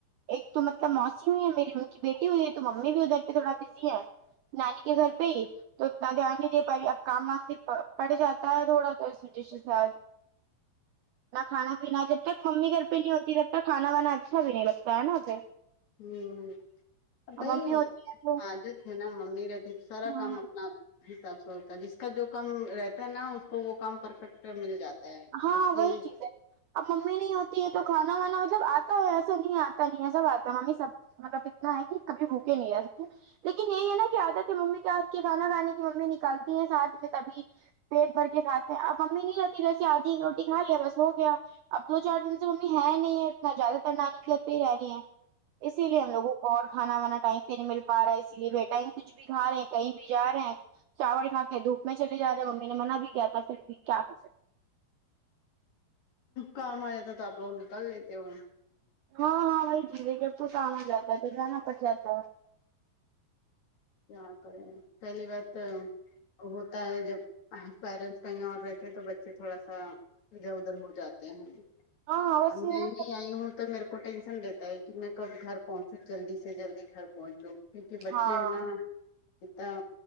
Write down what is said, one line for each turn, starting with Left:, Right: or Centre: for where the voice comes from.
Right: ایک تو مطلب موسی ہوئی ہے میری ان کی بیٹی ہوئی ہے تو ممی بھی ادھر پہ تھوڑا بزی ہے نانی کے گھر پہ ہی تو اتنا دھیان نہیں دے پا رہی اب کام وام بھی پڑ جاتا ہے تھوڑا تو اس و ڈشے س نہ کھانا پینا جب تک ممی گھر پہ نہیں ہوتی تب تک کھانا وانا اچھا بھی نہیں لگتا ہے نا پھر
Left: ہم بھائی
Right: اب ممی ہوتی ہے تو
Left: آج نا ممی رہتی سارا کام
Right: ہاں
Left: اپنا حساب سے ہوتا ہے جس کا جو کام رہتا ہے نا اس کو وہ کام پرفیکٹ مل جاتا ہے
Right: ہاں
Left: اس کے
Right: وہی چیز ہے اب ممی نہیں ہوتی ہے تو کھانا وانا مطلب آتا ہے ایسا نہیں آتا نہیں ہے سب آتا ہے ممی سب مطلب اتنا ہے کہ کبھی بھوکے نہیں ہے لیکن یہی ہے نا کہ عادت ہے ممی کے ہاتھ کی کھانا کھانے کی ممی نکالتی ہیں ساتھ میں تبھی پیٹ بھر کے کھاتے ہیں اب امی نہیں رہتی جیسیے آدھی ایک روٹی کھا لیا بس ہو گیا اب دو چار دن سے ممی ہے نہیں ہے اتنا زیادہ ترنانی گھر پہ ہی رہ رہی ہے اسی لیے ہم لوگوں کو اور کھانا وانا ٹائم پہ نہیں مل پا رہا ہے اسی لیے بٹائم کچھ بھی کھا رہے ہیں کہیں بھی جا رہے ہیں چاول کھا کے دھوپ میں چلے جاتے ممی نے منع بھی کیا تھا پھر بھی کیا کر سکتے
Left: کام آ جاتا ہے تو آپ لوگ نکال لیتے ہو
Right: ہاں ہاں وہی جھیزے جب کو کام ہو جاتا ہے تو جانا پڑ جاتا
Left: کیا کریں پہلی بات ہوتا ہے جب پیرنٹس کہیں اور رہتے ہیں تو بچے تھوڑا سا ادھر ادھر ہو جاتے ہیں
Right: ہاں ہاں بس
Left: اب نہیں
Right: یہ نا
Left: آئی ہوں تو میرے کو ٹینشن رہتا ہے کہ میں کب گھر پہنچوں جلدی سے جلدی گھر پہنچوں کیونکہ بچے
Right: ہاں
Left: ہے نا اتا